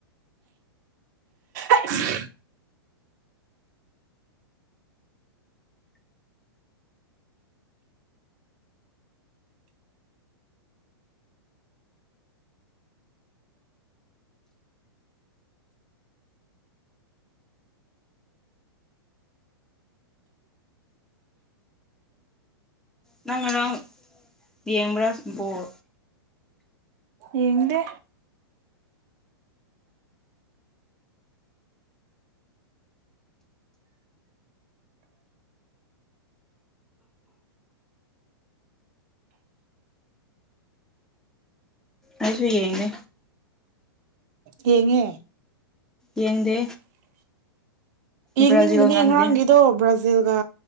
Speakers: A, on the right (about 45°); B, in the centre.
A: <unintelligible>
B: ꯅꯪ ꯉꯔꯥꯡ ꯌꯦꯡꯕ꯭ꯔꯥ ꯕꯣꯜ
A: ꯌꯦꯡꯗꯦ
B: ꯑꯩꯁꯨ ꯌꯦꯡꯅꯦ
A: ꯌꯦꯉꯦ
B: ꯌꯦꯡꯗꯦ
A: ꯌꯦꯡꯅꯤꯡꯕꯅꯦ
B: ꯕ꯭ꯔꯥꯖꯤꯜ ꯉꯝꯗꯦ
A: ꯉꯔꯥꯡꯒꯤꯗꯣ ꯕ꯭ꯔꯥꯖꯤꯜꯒ